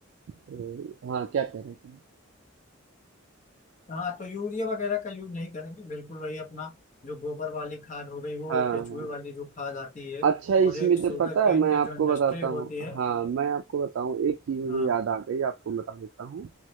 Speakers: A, on the right (about 70°); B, on the left (about 35°).
A: अ, हाँ, क्या कह रहे थे?
B: हाँ तो यूरिया वगैरह का यूज नहीं करेंगे बिल्कुल वही अपना जो गोबर वाली खाद हो गई वो
A: हाँ,
B: केचुए
A: हाँ।
B: वाली जो खाद आती है
A: अच्छा
B: और
A: इसमें
B: एक शुगर
A: तो पता
B: केन
A: है मैं
B: की
A: आपको
B: जो इंडस्ट्री
A: बताता
B: होती
A: हूँ
B: है
A: हाँ मैं आपको बताऊँ एक चीज़ मुझे
B: हाँ
A: याद आ गई आपको बता देता हूँ